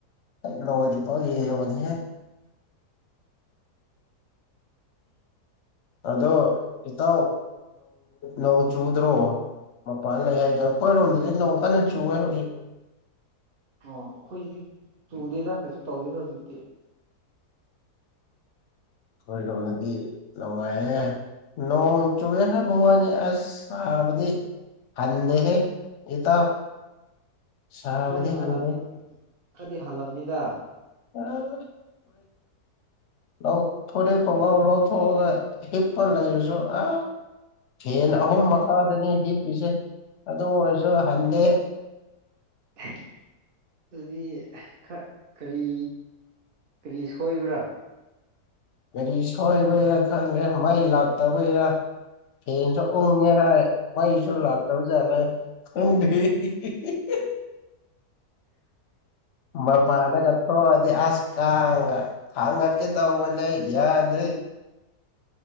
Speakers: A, on the left; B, on the right.
A: <inaudible> <unintelligible>
B: <inaudible>
A: ꯑꯗꯣ ꯏꯇꯥꯎ ꯅꯣꯡ ꯆꯨꯗ꯭ꯔꯣ ꯃꯄꯥꯟ ꯂꯩ ꯍꯥꯏꯗꯣ ꯑꯩꯈꯣꯏꯔꯣꯝꯗꯗꯤ ꯅꯣꯡ ꯀꯟꯅ ꯆꯨꯑꯦ ꯍꯧꯖꯤꯛ
B: ꯑꯣ ꯑꯩꯈꯣꯏꯁꯤꯗꯤ ꯆꯨꯗꯦꯗ ꯀꯩꯁꯨ ꯇꯧꯗꯦꯗ ꯍꯧꯖꯤꯛꯇꯤ
A: ꯈꯣꯏꯔꯣꯝꯗꯗꯤ <unintelligible> ꯅꯣꯡ ꯆꯨꯗꯦ ꯍꯥꯏꯕ ꯋꯥꯅꯤ ꯑꯁ ꯁꯥꯕꯗꯤ ꯍꯟꯗꯦꯍꯦ ꯏꯇꯥꯎ ꯁꯥꯕꯗꯤ
B: ꯈꯔꯗꯤ ꯍꯜꯂꯝꯅꯤ
A: ꯍꯟꯗꯦ
B: ꯈꯔꯗꯤ ꯍꯜꯂꯝꯅꯤꯗ
A: <unintelligible> ꯂꯧ ꯐꯨꯔꯤꯠ ꯈꯣꯡꯒ꯭ꯔꯥꯎ ꯂꯧꯊꯣꯛꯑꯒ ꯍꯤꯞꯄ ꯂꯩꯔꯁꯨ ꯑ ꯐꯦꯟ ꯑꯍꯨꯝ ꯃꯈꯥꯗꯅꯤ ꯍꯤꯞꯄꯤꯁꯦ ꯑꯗꯨ ꯑꯣꯏꯔꯁꯨ ꯍꯟꯗꯦ
B: <inaudible> ꯑꯗꯨꯗꯤ ꯈꯔ ꯀꯔꯤ ꯀꯔꯤ ꯁꯣꯏꯕ꯭ꯔꯥ
A: ꯀꯔꯤ ꯁꯣꯏꯕꯩꯔꯥ ꯈꯪꯗꯦ ꯃꯩ ꯂꯥꯛꯇꯕꯩꯔ ꯐꯦꯟꯁꯨ ꯎꯪꯉꯦ ꯍꯥꯏ ꯃꯩꯁꯨ ꯂꯥꯛꯇꯕꯅꯤ <unintelligible> ꯃꯄꯥꯟꯗꯒ ꯊꯣꯛꯑꯗꯤ ꯑꯁ ꯀꯥꯡꯒ ꯊꯥꯡꯒꯠꯀꯦ ꯇꯧꯕꯅꯦ ꯌꯥꯗꯦ <unintelligible>